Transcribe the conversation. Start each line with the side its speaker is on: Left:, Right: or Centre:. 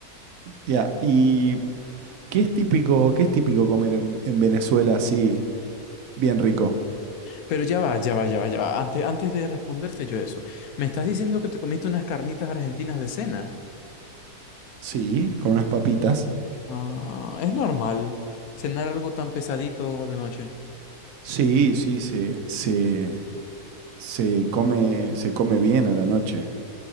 Right: Ya, ¿y qué es típico, qué es típico comer en, en Venezuela así, bien rico?
Left: Pero ya va, ya va, ya va, ya va. Antes, antes de responderte yo eso, me estás diciendo que te comiste unas carnitas argentinas de cena.
Right: Sí, con unas papitas.
Left: Ah, es normal cenar algo tan pesadito de noche.
Right: Sí, sí, se, se, se come, se come bien a la noche.